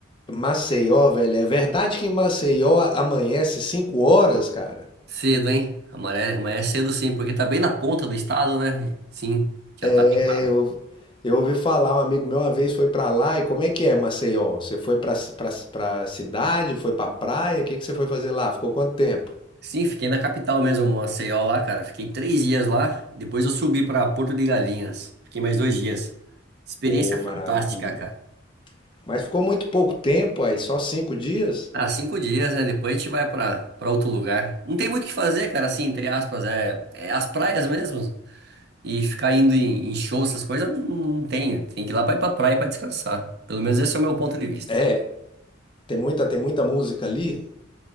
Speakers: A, on the left; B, on the right.
A: Maceió, velho, é verdade que em Maceió amanhece 5 horas, cara?
B: Cedo, hein? Amanhã, amanhã é cedo sim, porque tá bem na ponta do estado, né? Sim, já
A: É,
B: tá bem lá.
A: eu, eu ouvi falar, um amigo meu uma vez foi pra lá, e como é que é Maceió? Você foi pra, pra, pra cidade, foi pra praia, o que que você foi fazer lá? Ficou quanto tempo?
B: Sim, fiquei na capital mesmo, Maceió lá, cara. Fiquei três dias lá, depois eu subi pra Porto de Galinhas. Fiquei mais dois dias. Experiência
A: Ô,
B: fantástica,
A: maravilha.
B: cara.
A: Mas ficou muito pouco tempo aí, só cinco dias?
B: Há cinco dias, né? Depois a gente vai pra para outro lugar. Não tem muito o que fazer, cara, assim, entre aspas. É, é as praias mesmo. E ficar indo em, em shows, essas coisas, não tem. Tem que ir lá pra ir pra praia pra descansar. Pelo menos esse é o meu ponto de vista.
A: É, tem muita, tem muita música ali,